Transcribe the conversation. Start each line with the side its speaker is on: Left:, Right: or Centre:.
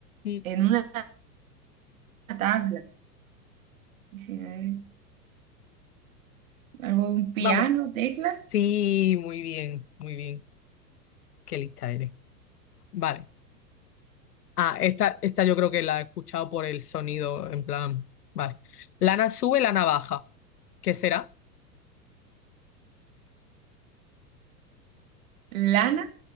Left: Mm,
Right: en una tabla. Dice, eh, Algo de un piano,
Left: Vamos.
Right: teclas,
Left: Sí, muy bien, muy bien. Qué lista eres. Vale. Ah, esta, esta yo creo que la he escuchado por el sonido, en plan. Vale. Lana sube, lana baja. ¿Qué será?
Right: lana,